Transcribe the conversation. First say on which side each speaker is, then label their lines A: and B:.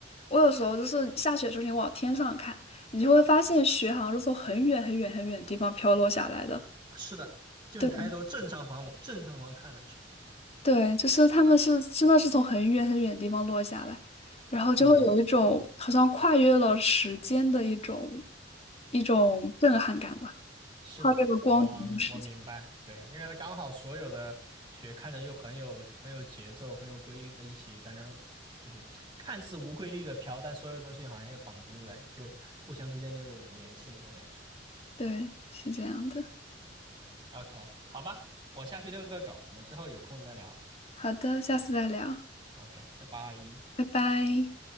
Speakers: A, on the left (about 35°); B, on the right (about 25°).
A: 我有时候就是下雪的时候，你往天上看，你就会发现雪好像是从很远很远很远的地方飘落下来的。
B: 是的，就你抬头正上方往正上方看的时候，
A: 对。对，就是他们是真的是从很远很远的地方落下来，然后就会有一种好像跨越了时间的一种
B: 嗯。
A: 一种震撼感吧，
B: 是的，
A: 跨越了光年的时间。
B: 我明我明白，对，因为它刚好所有的雪看着又很有很有节奏、很有规律的，一起在那儿，就是看似无规律的飘，但所有东西好像又绑定在，又互相之间又有联系那种感觉。
A: 对，是这样的。
B: OK，好吧，我下去遛个狗，我们之后有空再聊吧。
A: 好的，下次再聊，
B: OK，拜拜。
A: 拜拜。